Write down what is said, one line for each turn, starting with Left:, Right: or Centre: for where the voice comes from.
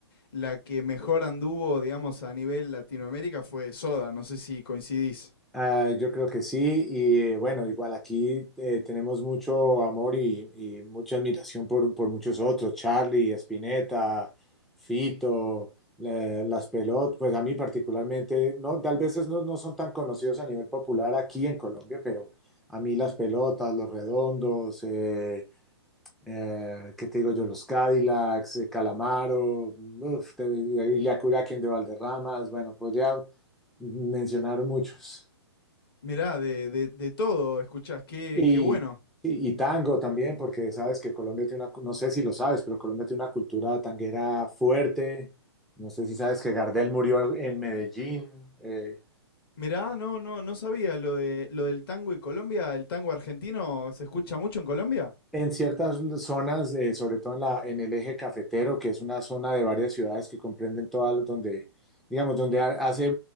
Left: la que mejor anduvo, digamos, a nivel Latinoamérica fue Soda, no sé si coincidís.
Centre: Ah, yo creo que sí, y bueno, igual aquí eh, tenemos mucho amor y, y mucha admiración por, por muchos otros, Charlie, Spinetta, Fito, la- Las pelotas pues a mí particularmente, no, tal vez es- no, no son tan conocidos a nivel popular aquí en Colombia, pero a mí Las Pelotas, Los Redondos, eh, eh, ¿qué te digo yo? Los Cadillacs, eh, Calamaro, uf, te- y Ilia Curaquien de Valderramas, bueno, podría mencionar muchos.
Left: Mirá, de, de, de todo escuchás, qué,
Centre: Y,
Left: qué bueno.
Centre: y, y tango también, porque sabes que Colombia tiene una, cu- no sé si lo sabes, pero Colombia tiene una cultura tanguera fuerte. No sé si sabes que Gardel murió en Medellín. eh,
Left: Mirá, no, no, no sabía lo de lo del tango y Colombia. ¿El tango argentino se escucha mucho en Colombia?
Centre: En ciertas zonas, de- sobre todo en la, en el eje cafetero, que es una zona de varias ciudades que comprenden todas, las- donde, digamos, donde ha- hace